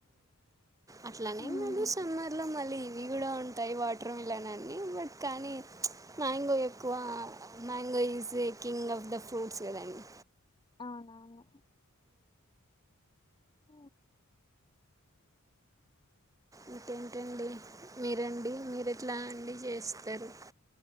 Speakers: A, on the right (about 15°); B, on the left (about 20°).
A: అట్లానే
B: ఉమ్
A: కాదు సమ్మర్లో మళ్ళీ ఇవి కూడా ఉంటాయి వాటర్ మిలన్ అన్ని బట్ కానీ మ్యాంగో ఎక్కువ mango is a king of the fruits కదండి
B: అవునవును అ
A: ఇంకేంటండి మీరండి మీరు ఎట్లా అండి చేస్తారు